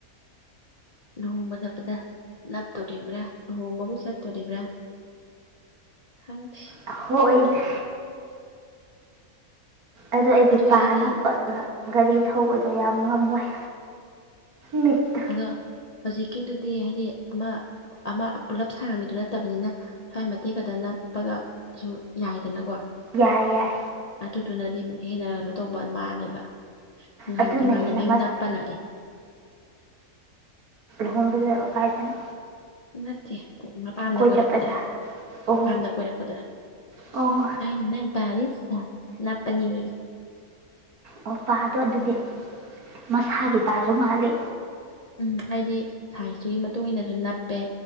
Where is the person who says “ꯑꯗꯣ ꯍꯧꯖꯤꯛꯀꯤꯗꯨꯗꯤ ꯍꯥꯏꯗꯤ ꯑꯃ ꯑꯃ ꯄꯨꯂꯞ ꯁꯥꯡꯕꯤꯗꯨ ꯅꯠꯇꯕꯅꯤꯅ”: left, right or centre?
Left